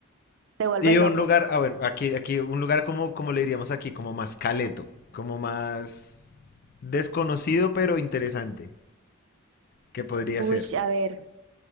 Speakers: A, on the right; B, on the left.
A: te vuelves
B: y
A: loco.
B: un lugar, ah, bueno, aquí, aquí, un lugar como, como le diríamos aquí, como más caleto, como más desconocido pero interesante, que podría
A: Uy,
B: ser.
A: a ver,